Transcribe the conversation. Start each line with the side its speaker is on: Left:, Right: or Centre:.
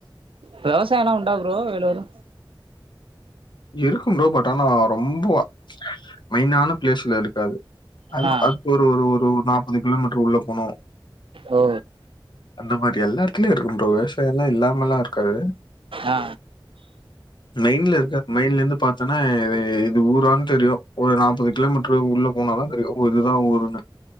Right: விவசாயோல்லா உண்டா ப்ரோ வேலூரு
Left: இருக்கு ப்ரோ பட் ஆனா ரொம்ப மெய்னான பிளேஸ்ல இருக்காது அதுக்
Right: ஆ
Left: அதுக்கு ஒரு ஒரு ஒரு நாப்பது கிலோமீட்டர் உள்ள போனு
Right: ஓ
Left: அந்த மாரி எல்லாத்துலயு இருக்கு ப்ரோ விவசாயோல்லா இல்லாமல்லா இருக்காது
Right: ஆ
Left: மெய்ன்ல இருக்கா மெயின்ல இருந்து பாத்தன்னா இது இது ஊரான் தெரியு ஒரு நாப்பது கிலோமீட்ரு உள்ள போனாதா தெரியு ஓ இதுதா ஊருன்னு